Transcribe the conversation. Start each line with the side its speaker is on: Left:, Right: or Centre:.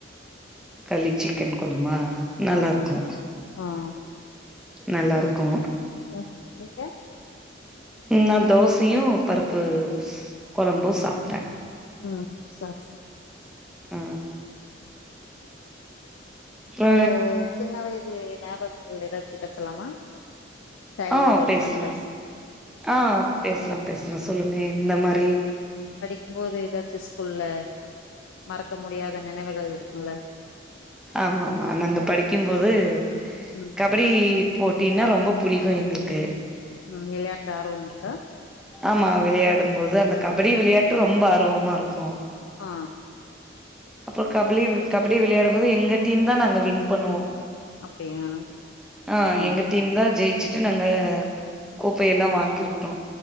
Centre: களி சிக்கன் கொழம்பா நல்லாருக்கு
Left: ஆமா ஆ
Centre: நல்லாருக்கு
Left: ஆ நீங்க
Centre: ம் நா தோசையு பருப்பு கொழம்பு சாப்டே
Left: ம் சார் ச
Centre: ஆ அப்றோ
Left: உங்க சின்ன வயது நாப கங்கள் எதாச்சு பேசலாமா சைல்டுஹுட்டு
Centre: ஆ பேசலா
Left: மெமரிஸ்
Centre: ஆ பேசலா பேசலா சொல்லுங்க எந்ந மாரி
Left: க்கும் போது எதாச்சு ஸ்கூல்ல மறக்க முடியாத நெனவுகள் இருக்கும்ல
Centre: ஆமாமா நாங்க படிக்கும்போது க
Left: ம்
Centre: கபடி போட்டினா ரொம்ப புடிக்கு எங்ளுக்கு
Left: ம் விளையாட்டுல ஆர்வம் இருக்கா
Centre: ஆமா விளையாடும் போது அந்த கபடி விளையாட்டு ரொம்ப ஆர்வமா இருக்கு
Left: ஆ
Centre: அப்றோ கபலி கபடி விளையாடும்போது எங்க டீம்தா நாங்க வின் பண்ணுவோ
Left: அப்டியா
Centre: அ
Left: ஆ
Centre: எங்க டீம்தா ஜெய் ச்சுட்டு நாங்க கோப்பையலா வாங்கிருக்குறோ